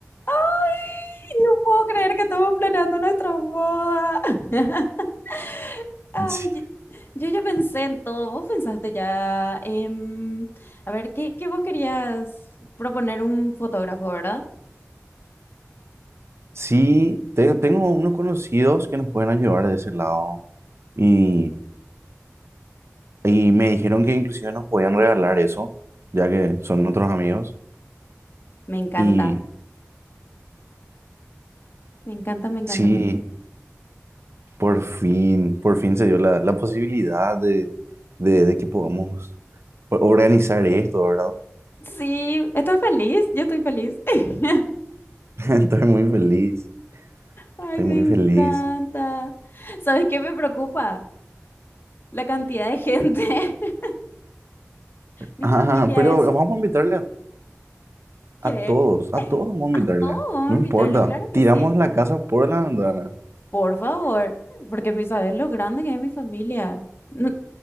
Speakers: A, on the left; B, on the right.
A: ¡Ay! No puedo creer que estamos planeando nuestra boda. <laughs> Ay,
B: Sí,
A: yo yo ya pensé en todo. Vos pensaste ya. em, a ver, ¿qué, qué vos querías proponer un fotógrafo, verdad?
B: Sí, te- tengo unos conocidos que nos pueden ayudar de ese lado y, y me dijeron que inclusive nos podían regalar eso, ya que son otros amigos.
A: Me encanta.
B: Y
A: Me encanta, me encanta,
B: sí,
A: me encanta.
B: por fin, por fin se dio la, la posibilidad de, de, de que podamos o- organizar esto, ¿verdad?
A: Sí, ¿estás feliz? Yo estoy feliz. <laughs>
B: <laughs> Estoy muy feliz,
A: Ay,
B: estoy
A: me
B: muy
A: encanta.
B: feliz.
A: ¿Sabes qué me preocupa? La cantidad de gente. <laughs> Mi
B: Ah,
A: familia
B: pero
A: es
B: vamos a invitarle a,
A: que...
B: a todos, a todos vamos a
A: A
B: invitarle,
A: todos vamos
B: no
A: a
B: importa,
A: invitarle, claro que
B: tiramos
A: sí.
B: la casa por la ventana.
A: Por favor, porque mi sabes lo grande que es mi familia. No,